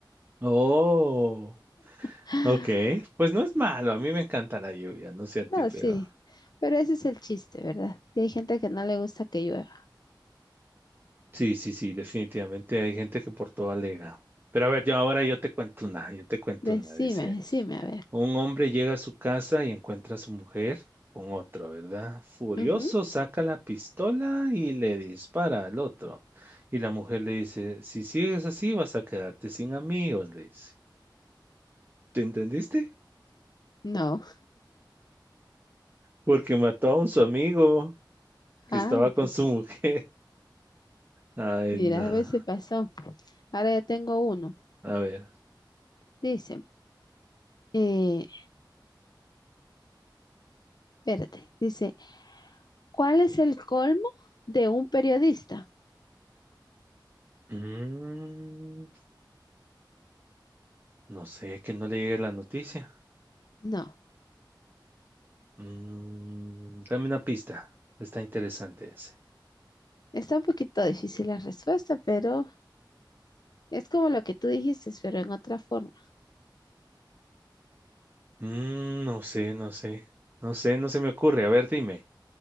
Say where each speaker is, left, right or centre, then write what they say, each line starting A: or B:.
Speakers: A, on the right (about 25°); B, on the left (about 55°).
A: Oh,
B: <gasps>
A: ok. Pues no es malo, a mí me encanta la lluvia, no sé a ti,
B: No,
A: pero...
B: sí, pero ese es el chiste, ¿verdad? Que hay gente que no le gusta que llueva.
A: Sí, sí, sí, definitivamente hay gente que por todo alega. Pero a ver, yo ahora yo te cuento una, yo te cuento
B: Decime,
A: una. Dice,
B: decime, a ver.
A: un hombre llega a su casa y encuentra a su mujer con otro, ¿verdad? Furioso
B: Ujú,
A: saca la pistola y le dispara al otro. Y la mujer le dice, si sigues así vas a quedarte sin amigos, le dice. ¿Te entendiste?
B: No.
A: Porque mató a un su amigo
B: <laughs>
A: que
B: Ay,
A: estaba
B: te-
A: con su mujer. <laughs> Ay,
B: mira,
A: no.
B: a ver si pasó. Ahora ya tengo uno.
A: A ver.
B: Dice, eh, espérate. Dice, ¿cuál es el colmo de un periodista?
A: Mm, no sé, que no le llegue la noticia.
B: No.
A: Mm, dame una pista. Está interesante ese.
B: Está un poquito difícil la respuesta, pero es como lo que tú dijiste, pero en otra forma.
A: Mm, no sé, no sé. No sé, no se me ocurre. A ver, dime.